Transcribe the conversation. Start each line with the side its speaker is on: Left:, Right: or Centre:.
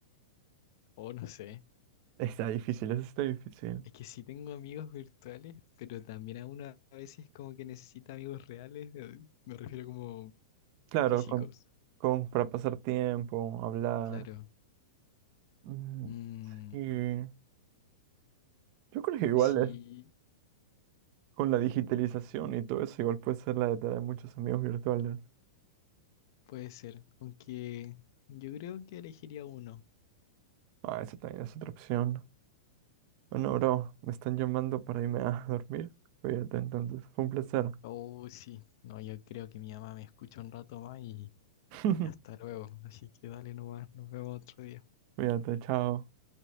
Left: o no sé.
Right: Está difícil, eso está difícil.
Left: Es que sí tengo amigos virtuales, pero también a uno a veces como que necesita amigos reales, eh, me refiero como
Right: Claro,
Left: físicos.
Right: con, con- para pasar tiempo, hablar.
Left: Claro.
Right: Mm,
Left: Mm,
Right: Y yo creo que igual
Left: que sí,
Right: es con la digitalización y todo eso, igual puede ser la de tener muchos amigos virtuales.
Left: puede ser. Aunque yo creo que elegiría uno.
Right: Ah, esa también es otra opción. Bueno, bro, me están llamando para irme a dormir. Cuídate entonces, fue un placer.
Left: Oh, sí. No, yo creo que mi mamá me escucha un rato más y,
Right: <laughs>
Left: y hasta luego. Así que dale nomás, nos vemos otro día.
Right: Cuídate, chao.